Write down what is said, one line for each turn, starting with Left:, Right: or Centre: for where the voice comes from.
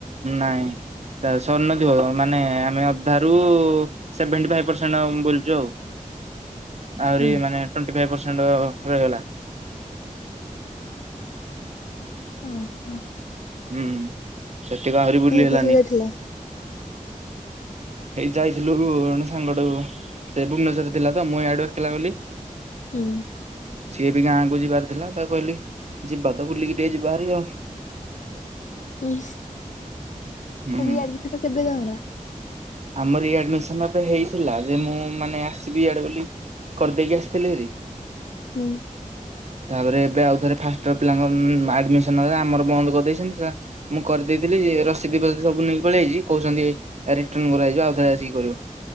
Right: ନାଇଁ। ତା ସରିନଥିବ ମାନେ ଆମେ ଅଧାରୁ ସେଭେଣ୍ଟି ଫାଇ ପରସେଣ୍ଟ ବୁଲିଚୁ ଆଉ। ଆହୁରି
Left: ହୁଁ
Right: ମାନେ ଟ୍ୱେଣ୍ଟି ଫାଇ ପରସେଣ୍ଟ ରହିଗଲା।
Left: ଅହ।
Right: ହୁଁ ସେତିକ ଆହୁରି ବୁଲି
Left: କିଏ କିଏ
Right: ହେଲାନି।
Left: ସବୁ ଯାଇଥିଲ?
Right: ଏଇ ଯାଇଥିଲୁ ରଣ ସାଙ୍ଗଟେଉ ସେ ଭୁବନେଶ୍ବରେ ଥିଲା ତ ମୁଁ ଏଆଡ଼ୁ ଏକେଲା ଗଲି।
Left: ହୁଁ।
Right: ସିଏ ବି ଗାଁକୁ ଯିବାର ଥିଲା ତାଉ କହିଲି ଯିବା ତ ବୁଲିକି ଟିକେ ଯିବା ହାରି ଆଉ।
Left: ଇସ୍
Right: ହୁଁ।
Left: ରିଆଡ଼ମିସତ କେବେ ତମର?
Right: ଆମ ରିଆଡ଼ମିସନ୍ ଏବେ ହେଇଥିଲା ଯେ ମୁଁ ମାନେ ଆସିବି ଇଆଡ଼େ ବୋଲି କରଦେଇକି ଆସଥିଲି ହାରି।
Left: ହୁଁ।
Right: ତାପରେ ଏବେ ଆଉ ଥରେ ଫାଷ୍ଟ୍ ଇୟର୍ ପିଲାଙ୍କ ଆଡ଼ମିଶନ ଏ ଆମର ବନ୍ଦ କରିଦେଇଛନ୍ତି ସା ମୁଁ କରିଦେଇଥିଲି ରସିଦି ଫସି ସବୁ ନେଇକି ପଳିଆଇଚି କୋହୁଚନ୍ତି ଏଇ ଟନ୍ ମରା ହେଇଯିବ ଆଉଥରେ ଆସିକି କରିବ।